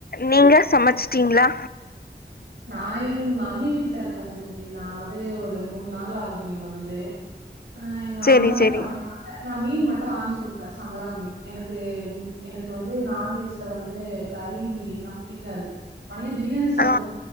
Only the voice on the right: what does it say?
நா எங் மம்மி வீட்ல இருக்கே தோழி நா வந்து ஒரு மூணு நாள் ஆகுது இங்க வந்து ஆஹ் எங்க
அம்மாதா
சமைப்பாங்க நா மீண் மட்டு ஆஞ்சு குடுத்தே சங்கரா மீன் எனக்கு எனக்கு வந்து நான்வெஜ்ல வந்து கறி மீன்லாம் புடிக்காது ஒன்லி பிரியாணி ச <unintelligible>